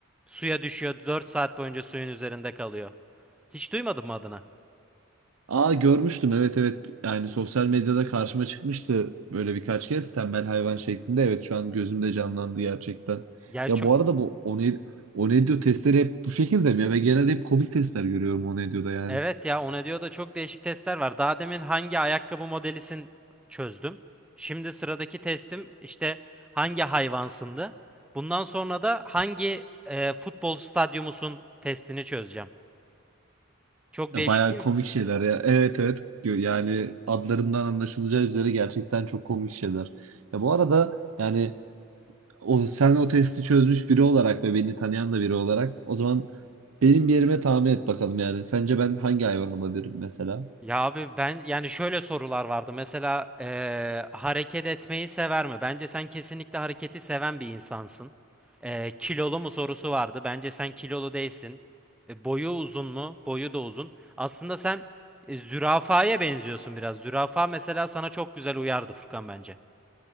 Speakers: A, in the centre; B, on the right.
A: Suya düşüyor 4 saat boyunca suyun üzerinde kalıyor. Hiç duymadın mı adını?
B: Aa görmüştüm evet evet yani sosyal medyada karşıma çıkmıştı böyle birkaç kez tembel hayvan şeklinde evet şu an gözümde canlandı gerçekten.
A: Ya
B: Ya
A: çok
B: bu arada bu One- Onedio testleri hep bu şekilde mi ya ve genelde hep komik testler görüyorum Onedio'da yani.
A: evet ya ona diyor da çok değişik testler var. Daha demin hangi ayakkabı modelisin çözdüm. Şimdi sıradaki testim işte hangi hayvansındı. Bundan sonra da hangi e, futbol stadyumusun testini çözeceğim. Çok
B: Ya
A: değişik
B: bayağı
A: değil
B: komik
A: mi?
B: şeyler ya evet evet Gö- yani adlarından anlaşılacağı üzere gerçekten çok komik şeyler. Ya bu arada yani o, sen o testi çözmüş biri olarak ve beni tanıyan da biri olarak o zaman benim yerime tahmin et bakalım yani sence ben hangi hayvan olabilirim mesela?
A: Ya abi ben yani şöyle sorular vardı. Mesela eee, hareket etmeyi sever mi? Bence sen kesinlikle hareketi seven bir insansın. Eee, kilolu mu sorusu vardı. Bence sen kilolu değilsin. E, boyu uzun mu? Boyu da uzun. Aslında sen e, zürafaya benziyorsun biraz. Zürafa mesela sana çok güzel uyardı Furkan bence.